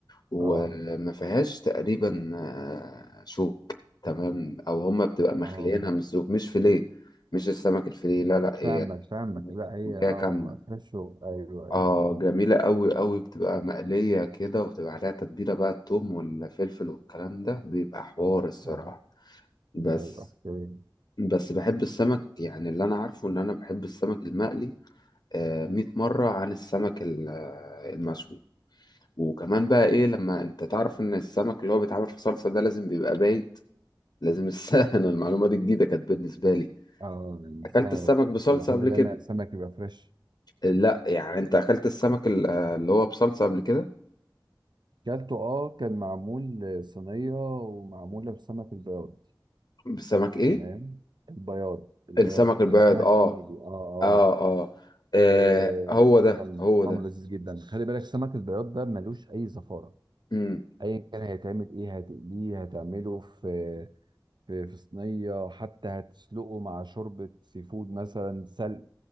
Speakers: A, on the left; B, on the right.
A: وما
B: اه
A: فيهاش تقريبا آه، شوك تمام او هما بتبقى مخليينها
B: اه
A: من الزوج مش فيليه مش السمك الفيليه لا لا هي
B: فاهمك فاهمك لا هي
A: سمكية
B: اه
A: كاملة
B: ما فيهاش شغل. ايوه ايوه
A: اه
B: ايوه
A: جميلة قوي قوي بتبقى مقلية كده وتبقى عليها تتبيلة بقى التوم والفلفل والكلام ده بيبقى حوار
B: اه
A: الصراحة
B: اه
A: بس
B: ده يبقى حكايه
A: بس بحب السمك يعني اللي انا عارفه ان انا بحب السمك المقلي آه مية مرة عن السمك ال- آه، المشوي وكمان بقى ايه لما انت تعرف ان السمك اللي هو بيتعمل في صلصة ده لازم بيبقى بايت لازم السمك <laughs> انا المعلومة دي جديدة كانت بالنسبة لي
B: اه مستغرب
A: اكلت السمك بصلصة
B: انا بحب
A: قبل
B: دايما
A: كده
B: السمك يبقى فريش
A: لا يعني انت اكلت السمك ال- آه، اللي هو بصلصة قبل كده
B: كلته اه كان معمول صينيه ومعموله بسمك البياض
A: بالسمك ايه
B: تمام البياض البياض
A: السمك البيض
B: سمك
A: اه
B: نيلي اه اه
A: اه اه, آه
B: آه،
A: هو ده
B: كان
A: هو
B: طعمه
A: ده
B: لذيذ جدا خلي بالك سمك البياض ده ملوش اي زفاره
A: امم
B: ايا كان هيتعمل ايه هتقليه هتعمله في في في صينيه حتى هتسلقه مع شوربه سي فود مثلا سلق